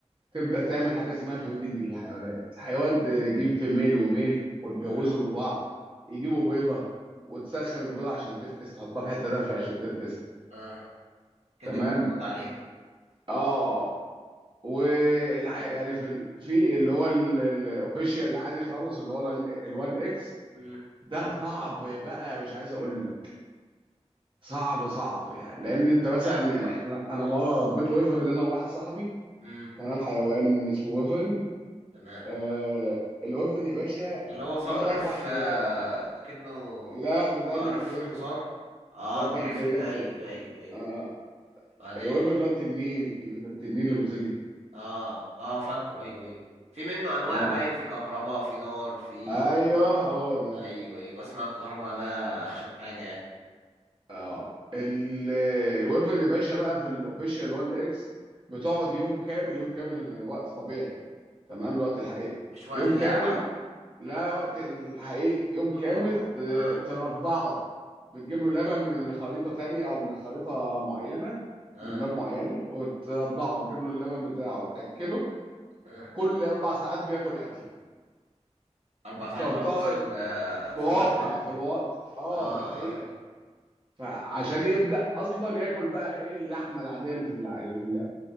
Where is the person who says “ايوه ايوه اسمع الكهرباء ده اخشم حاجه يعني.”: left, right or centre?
Right